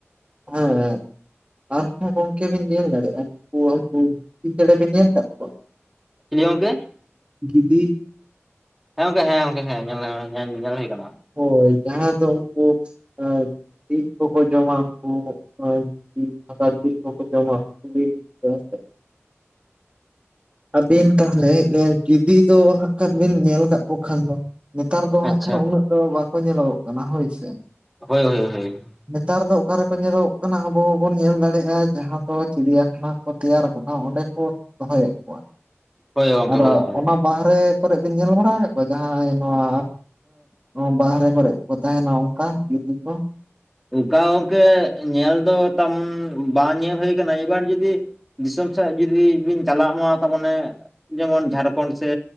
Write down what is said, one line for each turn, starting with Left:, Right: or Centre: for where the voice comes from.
Right: ᱦᱮᱸ᱾ ᱟᱨᱦᱚᱸ ᱜᱚᱝᱠᱮ ᱵᱤᱱ ᱧᱮᱞ ᱫᱟᱲᱮᱭᱟᱜ-ᱟ ᱩᱱᱠᱩ ᱩᱱᱠᱩ ᱪᱤᱞ ᱪᱮᱬᱮ ᱵᱮᱱ ᱧᱮᱞ ᱟᱠᱟᱫ ᱠᱚᱣᱟ?
Centre: ᱪᱮᱞᱮ ᱜᱚᱢᱠᱮ?
Right: ᱜᱤᱫᱤ᱾
Centre: ᱦᱮᱸ ᱜᱚᱝᱠᱮ ᱦᱮᱸ ᱜᱚᱝᱠᱮ ᱦᱮᱸ ᱧᱮᱞ ᱧᱮᱞ ᱧᱮᱞ ᱦᱩᱭ ᱟᱠᱟᱱᱟ᱾
Right: ᱦᱳᱭ ᱡᱟᱦᱟᱸ ᱫᱚ ᱩᱱᱠᱩ ᱡᱤᱞ ᱠᱚᱠᱚ ᱡᱚᱢᱟ ᱩᱱᱠᱩ ᱢᱟᱱᱮ <unintelligible> ᱡᱤᱞ ᱠᱚᱠᱚ ᱡᱚᱢᱟ᱾ <unintelligible> ᱟᱹᱵᱤᱱ ᱛᱟᱦᱚᱞᱮ ᱜᱤᱫᱤ ᱫᱚ ᱦᱟᱸᱜ ᱠᱷᱟᱱ ᱵᱤᱱ ᱧᱮᱞ ᱟᱠᱟᱫ ᱠᱚ ᱠᱷᱟᱱ ᱫᱚ᱾ ᱱᱮᱛᱟᱨ ᱫᱚ ᱦᱟᱸᱜ
Centre: ᱟᱪᱪᱷᱟ
Right: ᱠᱷᱟᱱ ᱩᱱᱟᱹᱜ ᱫᱚ ᱵᱟᱠᱚ ᱧᱮᱞᱚᱜᱚᱜ ᱠᱟᱱᱟ ᱦᱳᱭᱥᱮ?
Centre: ᱦᱳᱭ ᱦᱳᱭ ᱦᱳᱭ
Right: ᱱᱮᱛᱟᱨ ᱫᱚ ᱚᱠᱟ ᱨᱮᱠᱚ ᱧᱮᱞᱚᱜ-ᱜ ᱠᱟᱱᱟ ᱟᱵᱚ ᱦᱚᱵᱚᱱ ᱧᱮᱞ ᱫᱟᱲᱮᱭᱟᱜ-ᱟ ᱡᱟᱦᱟᱸ ᱫᱚ ᱪᱤᱲᱤᱭᱟ ᱠᱷᱟᱱᱟ᱾ ᱠᱚ ᱛᱮᱭᱟᱨ ᱟᱠᱟᱫᱟ ᱚᱸᱰᱮ ᱠᱚ ᱫᱚᱦᱚᱭᱮᱫ ᱠᱚᱣᱟ᱾
Centre: ᱦᱳᱭ ᱜᱚᱝᱠᱮ
Right: ᱟᱨ
Centre: ᱦᱳᱭ ᱦᱳᱭ
Right: ᱚᱱᱟ ᱵᱟᱦᱨᱮ ᱠᱚᱨᱮ ᱵᱤᱱ ᱧᱮᱞ ᱵᱟᱲᱟ ᱟᱠᱟᱫ ᱠᱚᱣᱟ ᱡᱟᱦᱟᱸᱭ ᱱᱚᱣᱟ ᱱᱚᱣᱟ ᱵᱟᱦᱨᱮ ᱠᱚᱨᱮ ᱠᱚ ᱛᱟᱦᱮᱸᱱᱟ ᱚᱱᱠᱟ ᱜᱤᱫᱤ ᱠᱚ᱾
Centre: ᱚᱱᱠᱟ ᱜᱚᱝᱠᱮ ᱧᱮᱞ ᱫᱚ ᱛᱟᱨᱢᱟᱱᱮ ᱵᱟᱝ ᱧᱮᱞ ᱦᱩᱭ ᱟᱠᱟᱱᱟ ᱮᱵᱟᱨ ᱡᱩᱫᱤ ᱫᱤᱥᱚᱢ ᱥᱮᱫ ᱡᱩᱫᱤ ᱵᱤᱱ ᱪᱟᱞᱟᱜ ᱢᱟ ᱛᱟᱨ ᱢᱟᱱᱮ ᱡᱮᱢᱚᱱ ᱡᱷᱟᱲᱠᱷᱚᱸᱰ ᱥᱮ